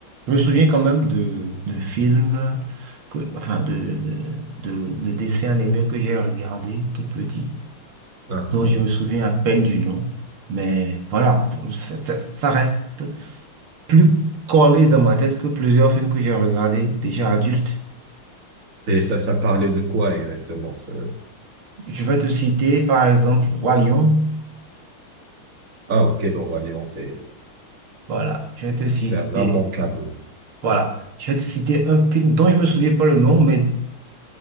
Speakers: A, on the right (about 80°); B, on the right (about 40°).
A: je me souviens quand même de, de films, que, enfin de, de, de dessins animés que j'ai regardés tout petit,
B: Hein.
A: dont je me souviens à peine du nom. Mais voilà, pour- ça, ça- ça reste plus collé dans ma tête que plusieurs films que j'ai regardés déjà adultes.
B: Et ça, ça parlait de quoi exactement? Ce...
A: Je vais te citer par exemple Roi Lion.
B: Ah, ok, le Roi Lion, c'est,
A: Voilà, je vais te citer,
B: c'est un immanquable.
A: voilà, je vais te citer un film dont je me souviens pas le nom, mais,